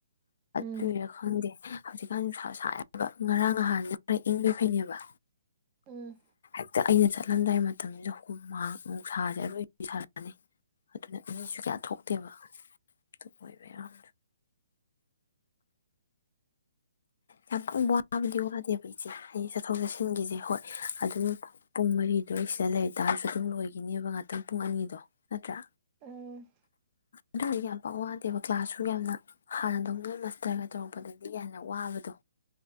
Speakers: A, on the right (about 20°); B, on the left (about 60°).
A: ꯎꯝ
B: ꯀꯨꯏꯔꯥ ꯈꯪꯗꯦ ꯍꯧꯖꯤꯛꯀꯥꯟ ꯅꯨꯡꯁ ꯁꯕ ꯉꯔꯥꯡ ꯅꯍꯥꯟꯅ ꯈꯔ ꯏꯪꯕꯣꯏ ꯐꯩꯅꯦꯕ
A: ꯎꯝ
B: ꯍꯛꯇ ꯑꯩꯅ ꯆꯠꯂꯝꯗꯥꯏ ꯃꯇꯝꯁꯤꯗ ꯍꯨꯝ ꯃꯥꯡ ꯑꯃꯨꯛ ꯁꯥꯁꯦ ꯑꯔꯣꯏ ꯁꯥꯔꯛꯑꯅꯤ ꯑꯗꯨꯅ ꯃꯤꯁꯨ ꯀꯌꯥ ꯊꯣꯛꯇꯦꯕ ꯑꯗꯨ ꯑꯣꯏꯕ ꯌꯥꯝ <inaudible> ꯌꯥꯝ ꯋꯥꯕꯨꯗꯤ ꯋꯥꯗꯦꯕ ꯏꯆꯦ ꯑꯩ ꯆꯠꯊꯣꯛ ꯆꯠꯁꯤꯟꯒꯤꯁꯦ ꯍꯣꯏ ꯑꯗꯨꯝ ꯄꯨꯡ ꯃꯔꯤꯗ ꯑꯩ ꯁꯤꯗ ꯂꯩꯇꯥꯥꯔꯁꯨ ꯑꯗꯨꯝ ꯂꯣꯏꯈꯤꯅꯦꯕ ꯉꯥꯛꯇꯪ ꯄꯨꯡ ꯑꯅꯤꯗꯣ ꯅꯠꯇ꯭ꯔꯥ
A: ꯎꯝ
B: ꯑꯗꯨꯗꯤ ꯌꯥꯝ ꯄꯋꯥꯗꯦꯕ ꯀ꯭ꯂꯥꯁꯁꯨ ꯌꯥꯝꯅ ꯍꯥꯟꯅꯗꯣ ꯅꯣꯏ ꯃꯥꯁꯇꯔꯒ ꯇꯧꯔꯛꯄꯗꯗꯤ ꯌꯥꯝꯅ ꯋꯥꯕꯗꯣ